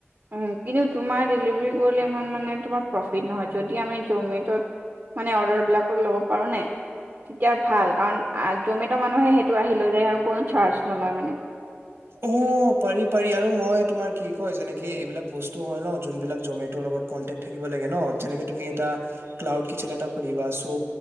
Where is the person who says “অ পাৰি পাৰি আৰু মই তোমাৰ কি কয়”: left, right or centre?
Right